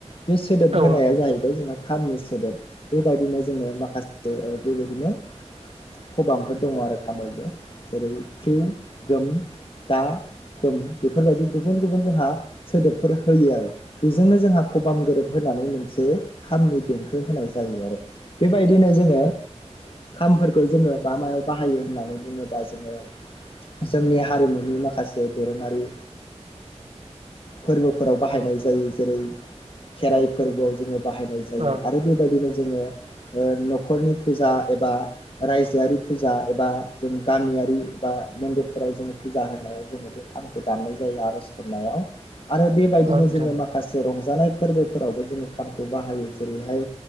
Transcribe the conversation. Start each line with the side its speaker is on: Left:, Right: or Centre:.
Left: बे सोदोब
Right: औ
Left: होनाया
Right: नोंथां
Left: जाहैबाय जोंहा खामनि सोदोब। बेबायदिनो जोङो माखासे बेबायदिनो खबामफोर दङ आरो खामावबो जेरै फ्रिउ गोम दा खोम बेफोरबायदि गुबुन गुबुन जोंहा सोदोबफोर होयो आरो। बेजोंनो जोंहा खबाम गोरोब होनानै मोनसे खामनि देंखो होनाय जायो आरो बेबायदिनो जोङो खामफोरखौ जोङो मा मायाव बाहायो होननानै बुङोबा जोङो जोंनि हारिमुनि माखासे दोरोङारि फोरबोफोराव बाहायनाय जायो जेरै खेराइ फोरबोआव जोङो बाहायनाय जायो
Right: औ
Left: आरो बेबायदिनो जोङो न'खरनि फुजा एबा रायजोआरि फुजा एबा जों गामियारि एबा मन्दिरफोराव जोङो फुजा होनायाव जोङो बे खामखौ दामनाय जायो आरज गाबनायाव आरो बेबायदिनो
Right: औ नोंथां
Left: जोङो माखासे रंजानाय फोरबोफोरावबो जोङो खामखौ बाहायो जेरैहाय